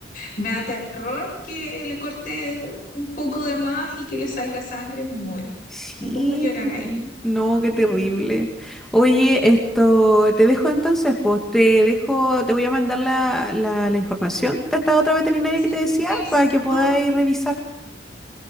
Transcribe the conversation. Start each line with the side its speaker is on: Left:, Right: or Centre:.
Left: Me da terror que le corte un poco de más y que le salga sangre, me muero.
Centre: Sí,
Left: Me pongo a llorar ahí.
Centre: no, qué terrible.
Left: Mm,
Centre: Oye,
Left: eh,
Centre: esto, te dejo entonces, pues te dejo, te voy a mandar la, la, la información de esta otra veterinaria
Left: Sí,
Centre: que te decía
Left: please.
Centre: para que podáis
Left: Mm,
Centre: revisar.